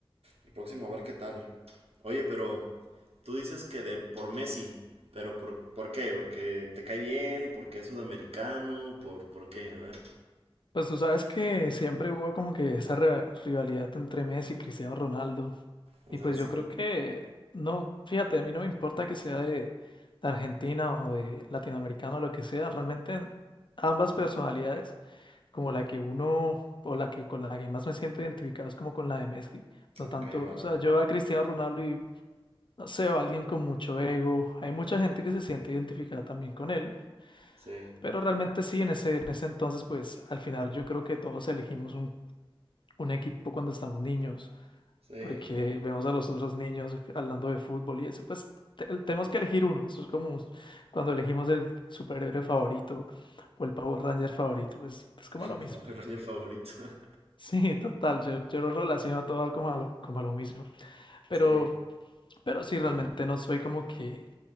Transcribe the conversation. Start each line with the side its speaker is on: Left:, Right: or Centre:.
Right: el próximo a ver qué tal. Oye, pero tú dices que de, por Messi, pero por, ¿por qué? ¿Porque te cae bien? ¿Porque es sudamericano? ¿Por, por qué? A ver.
Left: Pues tú sabes que siempre hubo como que esa riva- rivalidad entre Messi y Cristiano Ronaldo.
Right: O
Left: Y
Right: sea,
Left: pues
Right: y sí.
Left: yo creo que, no, fíjate, a mí no me importa que sea de, de Argentina o de latinoamericano o lo que sea. Realmente ambas personalidades, como la que uno o la que con la que más me siento identificado es como con la de Messi. No
Right: Ok,
Left: tanto,
Right: vale.
Left: o sea, yo veo a Cristiano Ronaldo y no sé, o alguien con mucho ego. Hay mucha gente que se siente identificada también con él,
Right: Sí,
Left: pero realmente sí, en ese, en ese entonces, pues al final yo creo que todos elegimos un, un equipo cuando estamos niños,
Right: sí,
Left: porque
Right: claro.
Left: vemos a los otros niños hablando de fútbol y eso, pues te- tenemos que elegir uno. Eso es como cuando elegimos el superhéroe favorito o el Power Ranger favorito, pues es como
Right: <laughs>
Left: lo
Right: El
Left: mismo.
Right: fa- el Ranger
Left: <laughs>
Right: favorito. <laughs>
Left: Sí, total, yo, yo lo relaciono todo como a lo, como a lo mismo, pero,
Right: Sí,
Left: pero sí, realmente
Right: Dime.
Left: no soy como que...